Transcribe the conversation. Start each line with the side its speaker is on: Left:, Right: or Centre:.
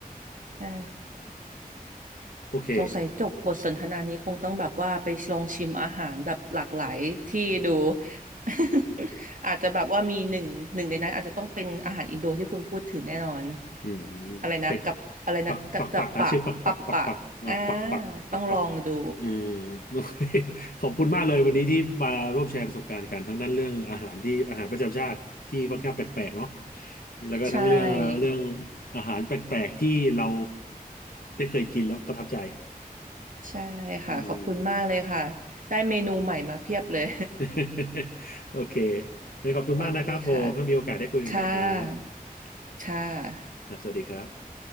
Right: ใช่
Left: โอเค
Right: สงสัยจบบทสนทนานี้คงต้องแบบว่าไปลองชิมอาหารแบบหลากหลายที่ดู <laughs> อาจจะแบบว่ามีหนึ่งหนึ่งในนั้นอาจจะต้องเป็นอาหารอินโดที่คุณพูดถึงแน่นอน
Left: อืม
Right: อะไรนะกับอะไรนะกัจจะปะปะปะอ่า
Left: เป็ดปักปักปักอ่ะชื่อปักปักปักปักอ่ะปักปักปักปัก
Right: ต้องลองดู
Left: อืมโอเค <laughs> ขอบคุณมากเลยวันนี้ที่มาร่วมแชร์ประสบการณ์กันทั้งนั้นเรื่องอาหารที่อาหารประจำชาติที่ค่อนข้างแปลกๆเนาะแล้วก็ทั้งเรื่องเรื่อง
Right: ใช่
Left: อาหารแปลกๆที่เราได้เคยกินแล้วประทับใจ
Right: ใช่ค่ะขอบคุณมากเลยค่ะได้เมนูใหม่มาเพียบเลย
Left: อืม <laughs> โอเคงั้นขอบคุณมากนะครับผมถ้ามีโอกาสได้คุยกันใหม่ครับ
Right: <laughs> โอเคค่ะค่ะค่ะ
Left: ครับสวัสดีครับ